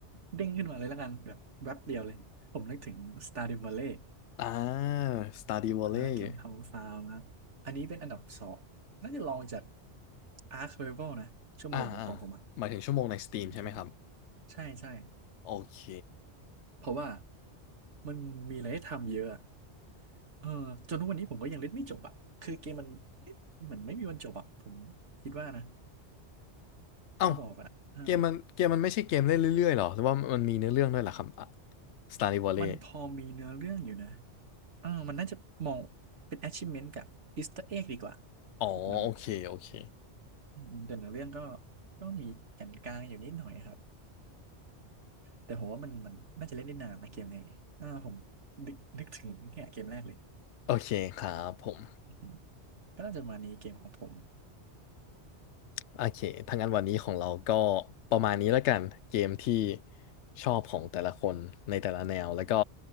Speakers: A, on the right; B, on the left.
A: เด้งขึ้นมาเลยแล้วกันแบบแวบเดียวเลยผมนึกถึง Stardew Valley
B: อ่า Stardew Valley
A: อ่าเกมทำฟาร์มนะครับอันนี้เป็นอันดับสองน่าจะรองจาก Ark Survival นะชั่วโมงของผมอ่ะ
B: อ่าอ่าหมายถึงชั่วโมงใน Steam
A: อืม
B: ใช่ไหมครับ
A: ใช่ใช่
B: โอเค
A: เพราะว่ามันมีอะไรให้ทำเยอะอะเออจนทุกวันนี้ผมก็ยังเล่นไม่จบอ่ะคือเกมมันเล่นเหมือนไม่มีวันจบอ่ะผมคิดว่านะ
B: เอ้า
A: เขาบอกอ่ะเออ
B: เกมมันเกมมันไม่ใช่เกมเล่นเรื่อยๆหรอหรือว่ามันมีเนื้อเรื่องด้วยเหรอครับอ่ะ Stardew Valley
A: มันพอมีเนื้อเรื่องอยู่นะเออมันน่าจะมองเป็น achievement กับ Easter egg ดีกว่า
B: อ๋อโอเคโอเค
A: พวกนั้นอืมแต่เนื้อเรื่องก็ก็มีแก่นกลางอยู่นิดหน่อยครับแต่ผมว่ามันมันน่าจะเล่นได้นานนะเกมนี้อ่าผมนึกนึกถึงเนี่ยเกมแรกเลย
B: โอเคครับผม
A: อือหือก็น่าจะประมาณนี้เกมของผม
B: โอเคถ้างั้นวันนี้ของเราก็ประมาณนี้แล้วกันเกมที่ชอบของแต่ละคนในแต่ละแนวแล้วก็